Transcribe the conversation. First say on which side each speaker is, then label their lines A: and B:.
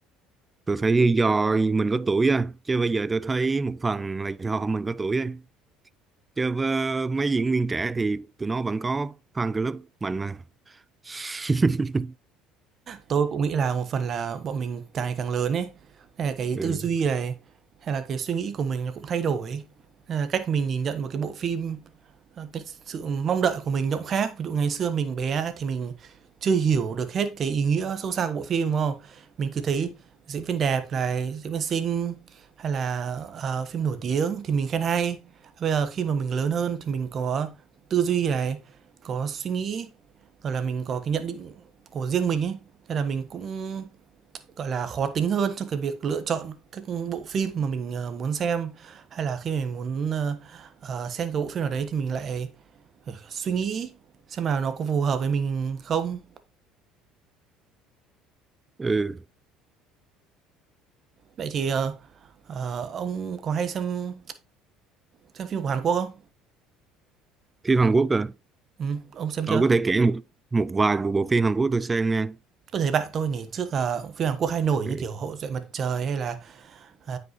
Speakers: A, on the right; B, on the right.
A: tôi thấy do mình có tuổi á chứ bây giờ tôi thấy một phần là do mình có tuổi á chơi với mấy diễn viên trẻ thì tụi nó vẫn có fan club mạnh mà <laughs>
B: Tôi cũng nghĩ là một phần là bọn mình càng ngày càng lớn ấy, hay là cái
A: ừ.
B: tư duy này, hay là cái suy nghĩ của mình nó cũng thay đổi ấy. Nên là cách mình nhìn nhận một cái bộ phim Ờ, cái sự mong đợi của mình nó cũng khác. Ví dụ ngày xưa mình bé thì mình chưa hiểu được hết cái ý nghĩa sâu xa của bộ phim, đúng không? Mình cứ thấy diễn viên đẹp này, diễn viên xinh hay là, ờ, phim nổi tiếng thì mình khen hay. Bây giờ khi mà mình lớn hơn thì mình có tư duy này, có suy nghĩ, rồi là mình có cái nhận định của riêng mình ấy, thế là mình cũng Gọi là, khó tính hơn trong cái việc lựa chọn các bộ phim mà mình, ờ, muốn xem, hay là khi mình muốn, ờ, ờ, xem cái bộ phim nào đấy thì mình lại phải suy nghĩ xem là nó có phù hợp với mình không.
A: ừ.
B: Vậy thì, ờ, ờ, ông có hay xem xem phim của Hàn Quốc không?
A: phim Hàn Quốc à
B: Ừm, ông xem
A: tôi
B: chưa?
A: có thể kể một một vài bộ, bộ phim Hàn Quốc tôi xem nha
B: Tôi thấy bạn tôi ngày trước là phim Hàn Quốc hay nổi
A: ừ.
B: như kiểu Hậu duệ mặt trời hay là, à,